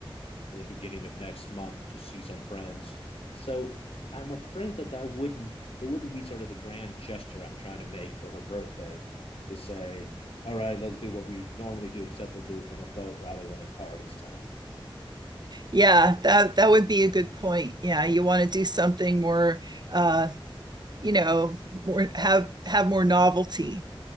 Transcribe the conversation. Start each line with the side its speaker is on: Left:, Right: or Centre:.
Left: in the beginning of next month to see some friends. So I'm afraid that that wouldn't it wouldn't be sort of the grand gesture I'm trying to make for her birthday to say, all right, let's do what we normally do, except we'll do it from a boat rather than a car this time.
Right: yeah, that that would be a good point. Yeah, you want to do something more, uh, you know, more have have more novelty.